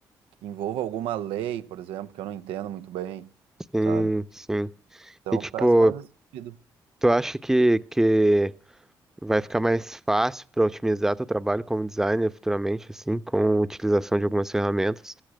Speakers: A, on the right (about 80°); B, in the centre.
A: que envolva alguma lei, por exemplo, que eu não entendo muito bem,
B: Sim,
A: sabe?
B: sim.
A: Então,
B: E, tipo,
A: peço mais nesse sentido.
B: tu acha que, que vai ficar mais fácil para otimizar teu trabalho como designer futuramente, assim, com a utilização de algumas ferramentas,